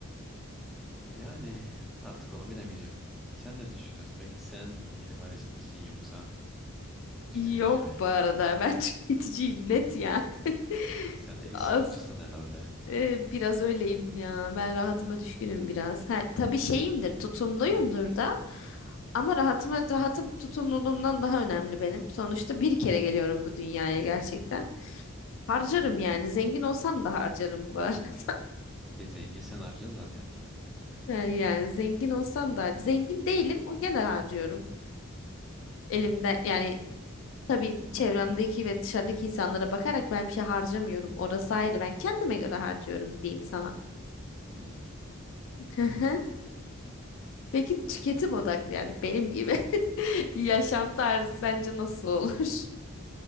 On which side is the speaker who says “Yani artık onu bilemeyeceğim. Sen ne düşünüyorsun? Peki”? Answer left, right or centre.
Centre